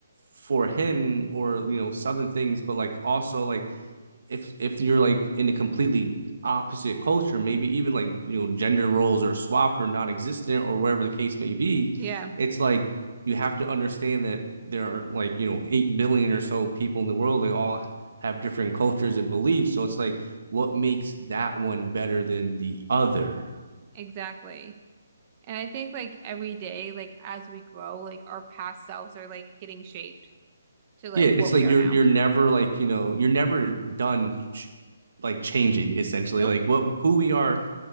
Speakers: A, on the right; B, on the right.
A: for him or you know southern things, but like also like if if you're like in a completely opposite culture, maybe even like you know gender roles are swapped or non-existent or whatever the case may be,
B: yeah.
A: it's like you have to understand that there are like you know 8 billion or so people in the world, they all have different cultures and beliefs, so it's like what makes that one better than the other?
B: Exactly. And I think like every day, like as we grow, like our past selves are like getting shaped to like
A: Yeah, it's
B: what
A: like
B: we are
A: you're
B: now.
A: you're never like, you know, you're never done ch- like changing essentially.
B: Nope.
A: Like what who we are